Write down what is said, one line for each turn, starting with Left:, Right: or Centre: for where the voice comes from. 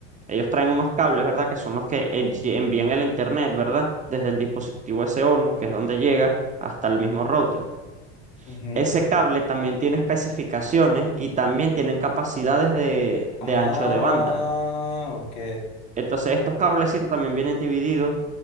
Right: Ellos traen unos cables, ¿verdad? Que son los que envi- envían el internet, ¿verdad? Desde el dispositivo SONU, que es donde llega, hasta el mismo router.
Left: Ujú.
Right: Ese cable también tiene especificaciones y también tienen capacidades de, de
Left: Ah,
Right: ancho de banda.
Left: ok.
Right: Entonces, estos cablecitos también vienen divididos